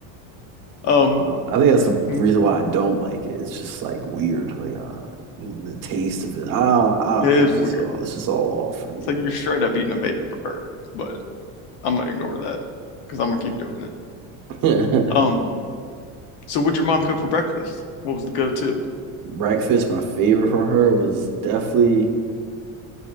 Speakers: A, on the left; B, on the right.
A: Um,
B: on. I think that's the
A: hmm,
B: reason why I don't like it. It's just like weird, like uh, the taste of it. I don't, I
A: it
B: don't
A: is
B: know. It's
A: weird.
B: just all, it's just all off for
A: It's like you're straight up eating a baby bird, but I'm gonna ignore that because I'm gonna keep doing it.
B: me.
A: Um, so what'd your mom cook for breakfast? What was the go-to?
B: <laughs> Breakfast, my favorite from her was definitely